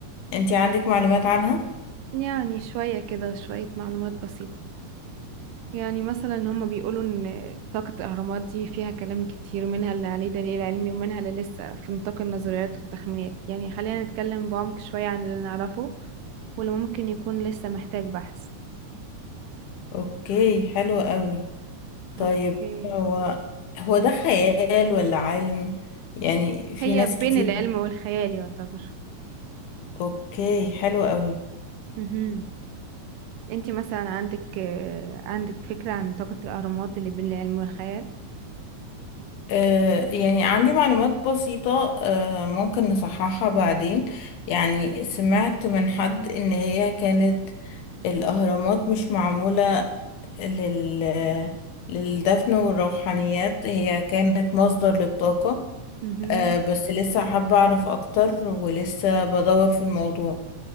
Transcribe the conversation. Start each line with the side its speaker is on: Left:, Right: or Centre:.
Left: انتي عندك معلومات عنها؟
Right: يعني شوية كده شوية معلومات بسيطة يعني مثلا هما بيقولوا ان طاقة الأهرامات دي فيها كلام كتير منها اللي عليه دليل علمي ومنها اللي لسه في نطاق النظريات والتخمينات يعني خلينا نتكلم بعمق شوية عن اللي نعرفه واللي ممكن يكون لسه محتاج بحث
Left: اوكي حلو قوي طيب
Right: اوكي
Left: هو هو ده خيال ولا علم يعني في
Right: هي
Left: ناس
Right: بين
Left: كتير
Right: العلم والخيال يعتبر
Left: اوكي حلو قوي
Right: مهم. انتي مثلا عندك آه، عندك فكرة عن طاقة الأهرامات اللي بين العلم والخيال
Left: آه يعني عندي معلومات بسيطة آه ممكن نصححها بعدين يعني سمعت من حد ان هي كانت الاهرامات مش معمولة لل... للدفن والروحانيات هي كانت مصدر للطاقة
Right: مهم.
Left: آه بس لسه حابة أعرف أكتر ولسه بدور في الموضوع